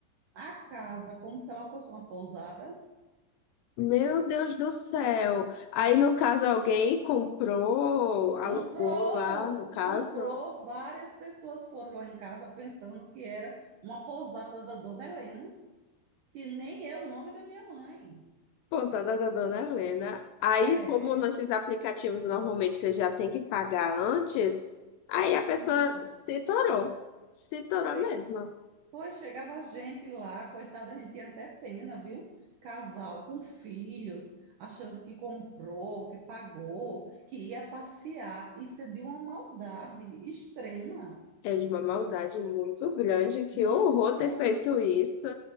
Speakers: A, on the right; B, on the left.
A: a casa como se ela fosse uma pousada.
B: Meu Deus do céu. Aí, no caso, alguém comprou, alugou
A: Comprou,
B: lá, no caso.
A: comprou, várias pessoas foram lá em casa pensando que era uma pousada da Dona Helena, que nem é o nome da minha mãe.
B: Pousada da Dona Helena. Aí,
A: É,
B: como nesses aplicativos normalmente você já tem que pagar antes, aí
A: isso.
B: a pessoa se torou. Se torou
A: Foi.
B: mesmo.
A: Pois chegava a gente lá, coitada, a gente tinha até pena, viu? Casal com filhos, achando que comprou, que pagou, que ia passear. Isso é de uma maldade extrema,
B: É de uma maldade muito grande. Que
A: muito
B: horror
A: grande.
B: ter feito isso.